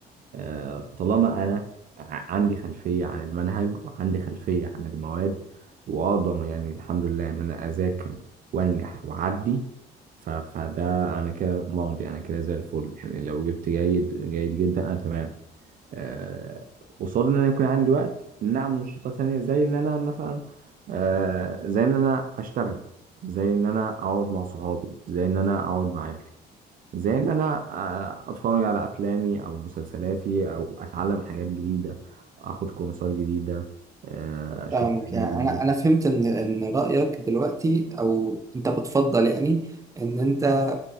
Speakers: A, on the right (about 55°); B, on the right (about 20°).
A: آه، طالما انا ع- عندي خلفيه عن المنهج وعندي خلفيه عن المواد واقدر يعني الحمد لله ان انا اذاكر وانجح واعدي ف- فده انا كده مرضي انا كده زي الفل يعني لو جبت جيد جيد جدا انا تمام آه، قصاد ان انا يكون عندي وقت إن اعمل نشاطات تانية زي ان انا مثلا آه، زي ان انا اشتغل زي ان انا اقعد مع صحابي زي ان انا اقعد مع عيلتي زي ان انا آه، اتفرج على افلامي او مسلسلاتي او اتعلم حاجات جديده اخد كورسات جديده آه، اشوف
B: فاهمك
A: حاجات
B: يعني
A: جديده
B: انا انا فهمت ان ان رايك دلوقتي او انت بتفضل يعني ان انت